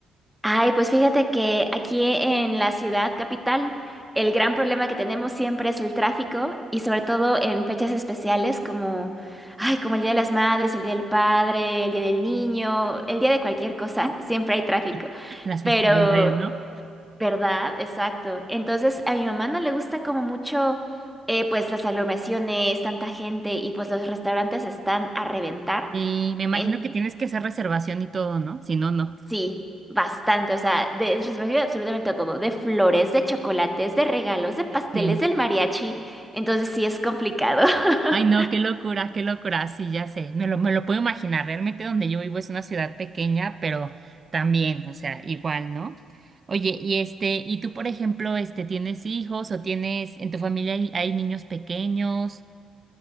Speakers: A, in the centre; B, on the right (about 35°).
A: Ay, pues fíjate que aquí en la ciudad capital, el gran problema que tenemos siempre es el tráfico y sobre todo en fechas especiales como, ay, como el Día de las Madres, el Día del Padre, el Día del Niño, el Día de cualquier cosa, <laughs> siempre hay tráfico.
B: <laughs> Las festividades,
A: Pero
B: ¿no?
A: ¿Verdad? Exacto. Entonces, a mi mamá no le gusta como mucho, eh, pues las aglomeraciones, tanta gente y pues los restaurantes están a reventar.
B: Y me imagino
A: En...
B: que tienes que hacer reservación y todo, ¿no? Si no, no.
A: Sí, bastante. O sea, de, es respectivo de absolutamente todo. De flores, de chocolates, de regalos, de pasteles,
B: Sí.
A: del mariachi. Entonces, sí es complicado. <laughs>
B: Ay, no, qué locura, qué locura. Sí, ya sé. Me lo, me lo puedo imaginar. Realmente donde yo vivo es una ciudad pequeña, pero también, o sea, igual, ¿no? Oye, y este, y tú, por ejemplo, este, ¿tienes hijos o tienes, en tu familia hay, hay niños pequeños?